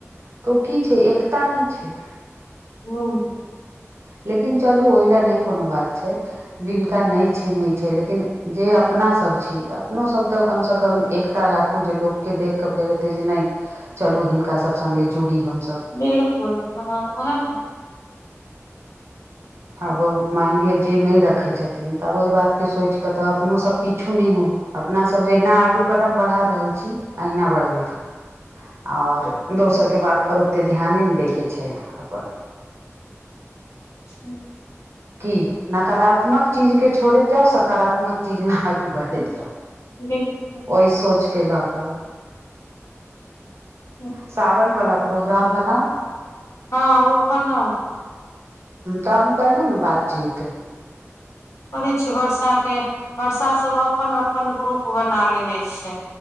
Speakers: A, on the right (about 60°); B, on the left (about 70°).
A: तऽ ओ की छै एकता नहि छै
B: हू
A: लेकिन चलू ओहि लए नहि कोनो बात छै जिनका नहि छै नहि छै लेकिन जे अपनासभ छी तऽ अपनोसभ तऽ कमसँ कम एकता राखू जे लोक के देख कऽ फेर एतै जे नहि चलू हिनका सभ संगे जुड़ी हमसभ
B: बिलकुल <unintelligible>
A: अब मान लिअ जे नहि रखै छथिन तऽ आब ओहि बातके सोचिके तऽ अपनो सब पीछु नहि हो अपनासभ जहिना आगू कदम बढ़ा रहल छी अहिना बढ़बैत रहू ओर दोसरके बातपर ओतेक ध्याने नहि दैके छै अपन
B: <unintelligible>
A: की नकारात्मक चीजके छोड़ैत जाउ सकारात्मक चीजमे आगू बढ़ैत जाउ
B: बिलकुल
A: ओहि सोचके लऽ कऽ
B: ह
A: सावन वाला प्रोग्राम बनाउ
B: हँ ओ बनौ
A: तऽ अहूँ करियौ ने बातचीत
B: करे छै बर्षा के वर्षा सब अपन अपन ग्रुप बना लेने छै